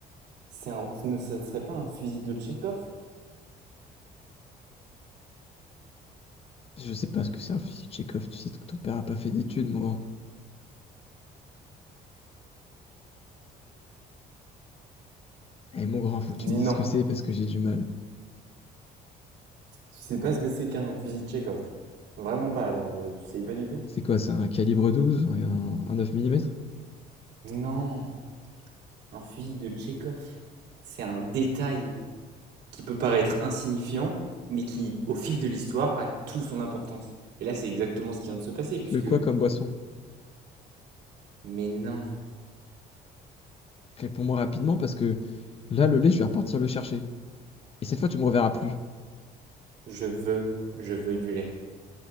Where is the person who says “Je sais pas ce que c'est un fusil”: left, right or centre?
Left